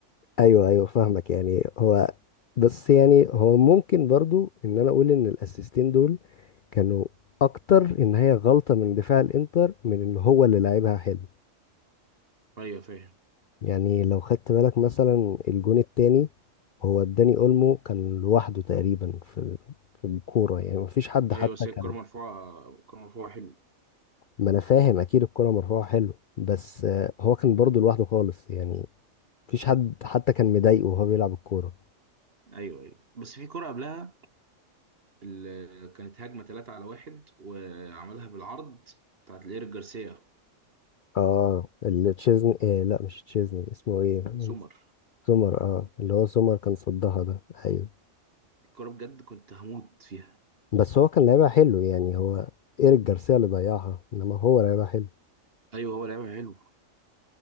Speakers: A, on the left; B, on the right.
A: ايوه ايوه فاهمك يعني هو بس يعني هو ممكن برضو ان انا اقول ان الاسيستين دول كانوا اكتر ان هي غلطة من دفاع الانتر من ان هو اللي لعبها حلو
B: ايوه فاهم
A: يعني لو خدت بالك مثلا الجون التاني هو داني اولمو كان لوحده تقريبا في في الكورة يعني مفيش حد
B: ايوه
A: حتى
B: بس
A: كان
B: هي الكوره مرفوعه الكوره مرفوعه حلو
A: ما انا فاهم اكيد الكرة مرفوعة حلو بس آه، هو كان برضه لوحده خالص يعني مفيش حد حتى كان مضايقه وهو بيلعب الكورة
B: ايوه ايوه بس في كرة قبلها ال- كانت هجمة 3 على واحد وعملها بالعرض بتاعت لإيريك جارسيا
A: اه اللي تشيزني إيه لا مش تشيزني اسمه ايه
B: سمر
A: سومر اه اللي هو سومر كان صدها ده ايوه
B: الكرة بجد كنت هموت فيها
A: بس هو كان لعيبها حلو يعني هو ايريك جارسيا اللي ضيعها انما هو لعيبها حلو
B: ايوه هو لعيب حلو